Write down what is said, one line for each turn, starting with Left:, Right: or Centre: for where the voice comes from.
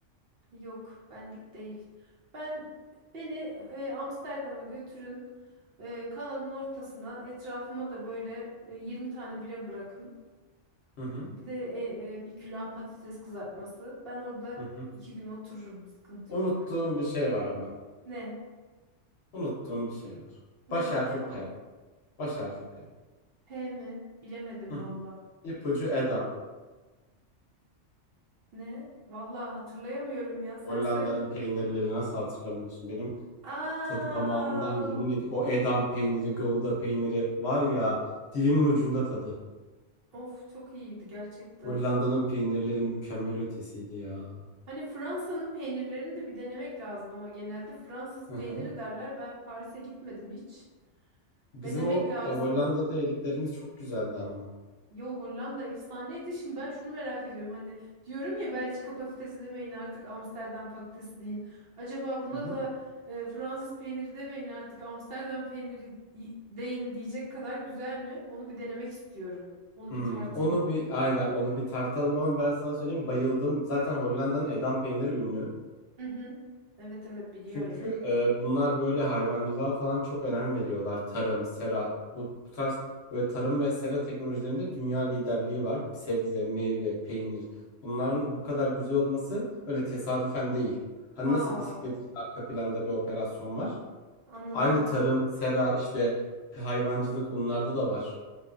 Right: Yok, benlik değil. Ben beni e, Amsterdam'a götürün. E, kanalın ortasına, etrafıma da böyle e, 20 tane bira bırakın.
Left: Hı hı.
Right: Bir de e, e, bir külah patates kızartması. Ben orada
Left: Hı hı.
Right: iki gün otururum. Sıkıntı
Left: Unuttuğum
Right: yok.
Left: bir şey var ama.
Right: Ne?
Left: Unuttuğum bir şey var.
Right: Ne?
Left: Baş harfi
Right: Ne o?
Left: P. Baş harfi P.
Right: P mi? Bilemedim
Left: Hı hı.
Right: valla.
Left: İpucu Edam.
Right: Ne? Valla hatırlayamıyorum ya. Sen
Left: Hollanda'nın
Right: söyle.
Left: peynirleri nasıl hatırlamıyorsun? Benim
Right: Aa!
Left: tadı damağımdan yemin ediyorum. O Edam peyniri, Gouda peyniri var ya dilimin ucunda tadı.
Right: Of çok iyiydi gerçekten.
Left: Hollanda'nın peynirleri mükemmel ötesiydi ya.
Right: Hani Fransa'nın peynirlerini de bir denemek lazım ama genelde Fransız
Left: Hı
Right: peyniri
Left: hı.
Right: derler. Ben Paris'e gitmedim hiç.
Left: Bizim
Right: Denemek
Left: o
Right: lazım.
Left: e, Hollanda'da yediklerimiz çok güzeldi ama.
Right: Yo Hollanda efsaneydi. Şimdi ben şunu merak ediyorum. Hani diyorum ya Belçika patatesi demeyin artık Amsterdam patatesi deyin. Acaba buna
Left: Hı hı.
Right: da e, Fransız peyniri demeyin artık Amsterdam peyniri y- deyin diyecek kadar güzel mi? Onu bir denemek istiyorum. Onu
Left: Hmm,
Right: bir tartayım.
Left: onu bir aynen onu bir tartalım ama ben sana söyleyeyim bayıldım. Zaten Hollanda'nın Edam peyniri ünlü.
Right: Hı hı. Evet evet biliyorum.
Left: Çünkü e, bunlar böyle hayvancılığa falan çok önem veriyorlar. Tarım, sera, bu, bu tarz böyle tarım ve sera teknolojilerinde dünya liderliği var. Sebze, meyve, peynir. Bunların bu kadar güzel olması öyle tesadüfen değil. Hani
Right: Aa
Left: nasıl bisiklet için arka planda bir operasyon var?
Right: anladım.
Left: Aynı tarım, sera, işte hayvancılık onlarda da var.